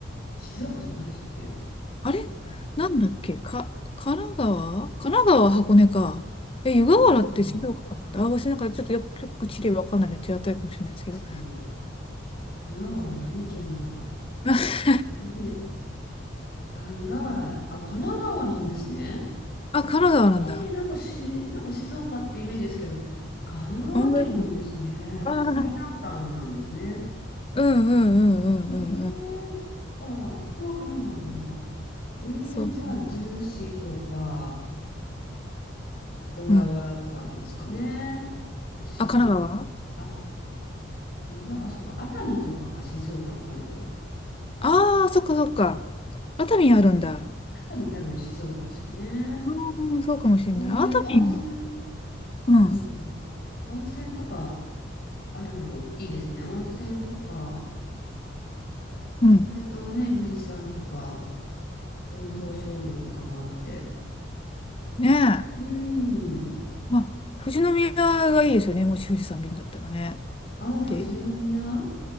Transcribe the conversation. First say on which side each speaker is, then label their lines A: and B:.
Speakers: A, on the left; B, on the left.
A: 静岡じゃないでしたっけ
B: あれなんだっけか、
A: なんか、
B: 神奈川神奈川、箱根か。え、湯河原って静岡かなんだ。
A: ですね。
B: あ、私なんかちょっとよく、よく地理わかんないので手当たりかもしれないですけど。
A: 確かに。湯河原何県なのか。
B: <laughs>
A: ねあ、湯河原、あ、神奈川なんですね。
B: あ、神奈川なんだ。
A: えー、なんかし、なんか静岡ってイメージですけど、神奈川県なんですね。
B: 本当ですねあー
A: 最南端なんですね。
B: うんうんうんうんうんうん。
A: えー、そっか、そこは神奈川なんだ。えー、
B: そう。
A: じゃあ、逗子とか、小田原とかなんですかね。
B: うん。
A: 静
B: あ、神奈川
A: 岡。あ、湯河、あ、そっか、熱海とかか、静岡となると。
B: ああー、そっかそっか。熱海あるんだ。
A: 熱海多分静岡ですよね。
B: うん、そうかもしれない。
A: そういう温泉、
B: 熱海。うん。
A: うん、温泉とかあるのいいですね。温泉とか、
B: うん。
A: それとね、富士山とか、そういう東照宮とかもあって。
B: ねえ。
A: うーん。
B: まあ、富士宮がいいですよね。もし富士山見るんだったらね。
A: ああ、富士宮
B: で、